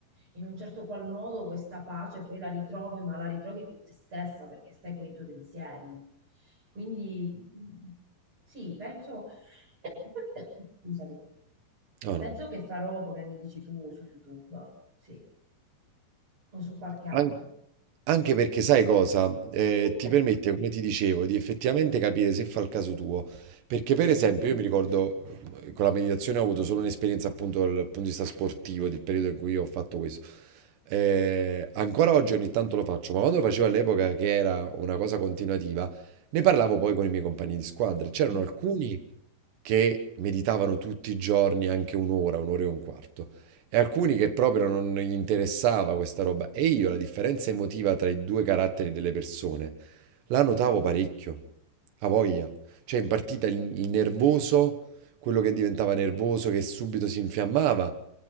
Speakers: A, on the right; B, on the right.
A: in un certo qual modo questa pace, poi la ritrovi, ma la ritrovi con te stessa perché stai con i tuoi pensieri. Quindi mh, sì, penso, <coughs> scusami,
B: No,
A: penso
B: no.
A: che farò come mi dici tu su YouTube, sì, o su qualche app.
B: An- Anche perché sai cosa? Eh,
A: <coughs>
B: ti permette, come ti dicevo, di effettivamente capire se fa il caso tuo. Perché per
A: Mm.
B: esempio io mi ricordo, eh, con la meditazione ho avuto solo un'esperienza appunto dal punto di vista sportivo, del periodo in cui ho fatto questo. Eh, ancora oggi ogni tanto lo faccio, ma quando lo facevo all'epoca, che era una cosa continuativa, ne parlavo poi con i miei compagni di squadra. C'erano
A: Mm.
B: alcuni che meditavano tutti i giorni anche un'ora, un'ora e un quarto, e alcuni che proprio non gli interessava questa roba. E io la differenza emotiva tra i due caratteri delle persone la notavo parecchio, a voglia. Cioè in partita il, il nervoso, quello che diventava nervoso, che subito si infiammava,